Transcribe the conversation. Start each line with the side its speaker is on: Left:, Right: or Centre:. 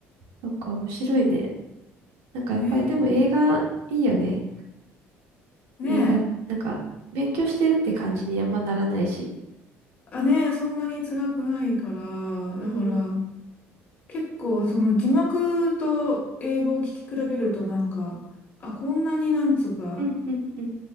Right: そっか、面白いね。なんかやっぱりでも映画いいよね。
Left: ねえ、ねえ、
Right: 映画、なんか勉強してるって感じにあんまならないし。
Left: あ、ねえ、そんなに辛くないから、だから
Right: うん。
Left: 結構その字幕と英語を聞き比べるとなんか、あ、こんなになんつうか、
Right: うん、うん、うん。